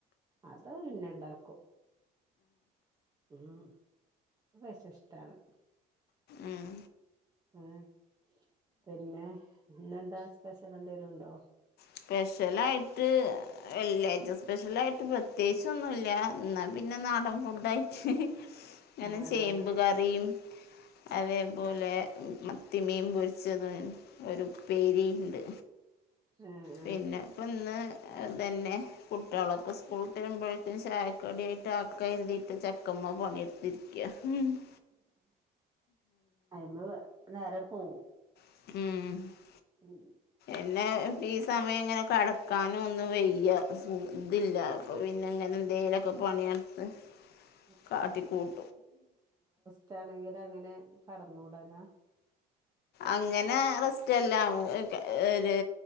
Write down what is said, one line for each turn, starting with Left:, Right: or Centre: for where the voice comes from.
Right: അതോ പിന്നെണ്ടാക്കും ഉം അത് പക്ഷേഷ്ടാണ്
Left: ഉം
Right: ഉം പിന്നെ ഇന്നെന്താ സ്പെഷൽ എന്തെലുണ്ടോ
Left: സ്പെഷ്യലായിട്ട് വെള്ളിയാഴ്ച സ്പെഷ്യലായിട്ട് പ്രത്യേകിച്ച് ഒന്നൂല്ല എന്നാ പിന്നെ നാടൻ ഫുഡായിട്ട് അങ്ങനെ
Right: ആഹ്
Left: ചേമ്പ് കറീം അതേപോലെ മത്തിമീൻ പൊരിച്ചതും ഒരുപ്പേരീണ്ട്
Right: ഉം
Left: പിന്നെപ്പന്ന് ഇതെന്നേ കുട്യാളൊക്കെ സ്കൂളുട്ടേരുമ്പോഴേത്തിന് ചായക്കടിയായിട്ട് ആക്കാരുതീട്ട് ചക്കമ്മ പണിട്ത്തിരിക്കാ <unintelligible>
Right: അറിഞ്ഞുകൂടാ നേരട്ട് പോകും
Left: ഉം
Right: ഉം
Left: എന്നെ ഈ സമയം ഇങ്ങനെ കടക്കാനും ഒന്നും വെയ്യ സുഖ ഇതില്ല. അപ്പൊ പിന്നെങ്ങനെന്തേലൊക്കെ പണിട്ത്ത്
Right: <inaudible>
Left: കാട്ടിക്കൂട്ടും
Right: ഇക്കാണെങ്കിങ്ങനെ കടന്നൂടല്ലോ
Left: അങ്ങനെ റെസ്റ്റ് അല്ല ഒരു ഒരു